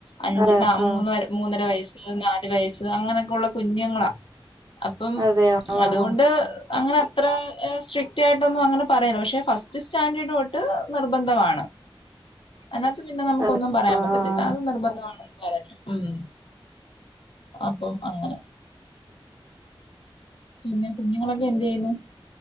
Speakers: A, on the left; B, on the right.
A: അഞ്ച്
B: അതെ
A: ന
B: ആഹ്
A: മൂന്ന് മൂന്നര വയസ്സ് നാല് വയസ്സ് അങ്ങനെയൊക്കെ ഉള്ള കുഞ്ഞുങ്ങളാ അപ്പം
B: അതെയോ ആഹ്
A: അതുകൊണ്ട്
B: ആഹ്
A: അങ്ങനെ അത്ര സ്ട്രിക്റ്റ് ആയിട്ടൊന്നും അങ്ങനെ പറയല്ല പക്ഷെ ഫസ്റ്റ് സ്റ്റാൻഡേർഡ് തൊട്ട് നിർബന്ധമാണ്. അതിനകത്ത് പിന്നെ നമുക്കൊന്നും
B: അതെ
A: പറയാൻ
B: ആഹ്
A: പറ്റത്തില്ല
B: ആഹ്
A: അതും നിർബന്ധമാണെന്ന് പറഞ്ഞോ ഉം അപ്പോ അങ്ങനെ. പിന്നെ കുഞ്ഞുങ്ങളൊക്കെ എന്ത് ചെയ്യുന്നു?